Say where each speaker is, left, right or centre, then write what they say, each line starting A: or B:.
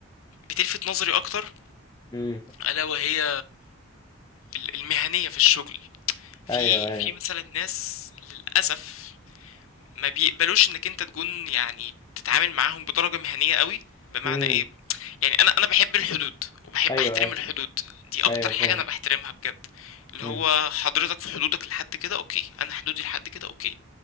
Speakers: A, on the left; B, on the left.
A: بتلفت نظري أكتر
B: امم
A: ألا وهي ال- المهنية في الشغل في
B: ايوه ايوه
A: في مثلا ناس للأسف ما بيقبلوش انك انت تكون يعني تتعامل معاهم بدرجة مهنية قوي بمعنى
B: امم
A: ايه يعني انا انا بحب الحدود وبحب
B: ايوه
A: احترم
B: أيوه.
A: الحدود دي اكتر
B: ايوه
A: حاجة
B: فاهم
A: انا بحترمها بجد اللي
B: امم
A: هو حضرتك في حدودك لحد كده اوكي انا حدودي لحد كده اوكي